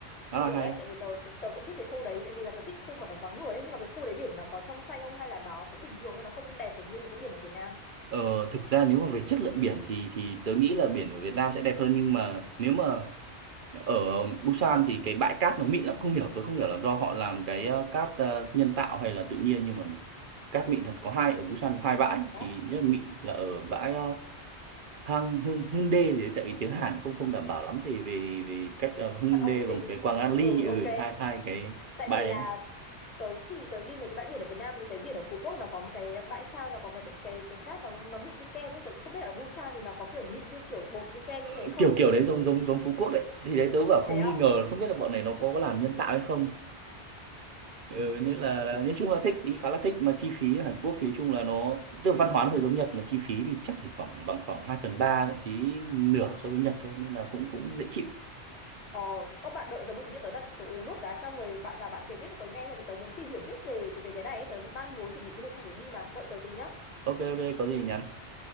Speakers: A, on the right; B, on the left.
A: khá
B: ờ,
A: là
B: được
A: hay
B: đấy tại vì tớ, tớ tớ cũng thích cái khu đấy tại vì là tớ thích khu mà nó vắng người ấy nhưng mà cái khu đấy biển nó có trong xanh không hay là nó cũng bình thường thôi nó không đẹp được như những cái biển ở Việt Nam
A: ờ, thực ra nếu mà về chất lượng biển thì thì tớ nghĩ là biển ở Việt Nam sẽ đẹp hơn nhưng mà nếu mà ở Busan thì cái bãi cát nó mịn lắm không hiểu tôi không hiểu là do họ làm cái ờ, cát ờ, nhân tạo hay là tự nhiên nhưng mà cát mịn thật có hai ở Busan có hai bãi
B: đó
A: thì rất là mịn là ở bãi ờ, hang Hưng Hyundai gì đấy, tại vì tiếng Hàn không không đảm bảo lắm vì vì vì cách ờ, Hyundai
B: phát âm cái
A: và
B: gì
A: một cái Quang An Ly
B: ừ ok
A: ừ hai hai cái
B: tại
A: bãi
B: vì là
A: đấy
B: tớ chỉ tớ đi mấy cái bãi biển ở Việt Nam thì tớ thấy biển ở Phú Quốc nó có một cái bãi sao nó có cái cái cái cát nó nó mịn như kem ấy tớ cũng không biết là ở Busan thì nó có kiểu mịn như kiểu bột như kem
A: Ờ,
B: như thế không
A: kiểu kiểu đấy giống giống giống Phú Quốc đấy thì đấy tớ bảo không
B: thế á
A: nghi ngờ không biết là bọn này nó có có làm nhân tạo hay không ừ, nên là, là nói chung là thích đi khá là thích mà chi phí ở Hàn Quốc thì nói chung là nó tức là văn hóa nó hơi giống Nhật mà chi phí thì chắc chỉ khoảng bằng khoảng 2 phần 3 thậm chí nửa so với Nhật thôi nên là cũng cũng dễ chịu
B: ờ có bạn đợi tớ một tí nhé tớ đặt tớ uống nước cái xong rồi bạn vào bạn kể tiếp và tớ nghe là vì tớ muốn tìm hiểu tiếp về về cái này ấy. tớ cũng đang muốn chuẩn bị cái lịch hoạch để đi mà đợi tớ tí nhá
A: ok ok có gì nhắn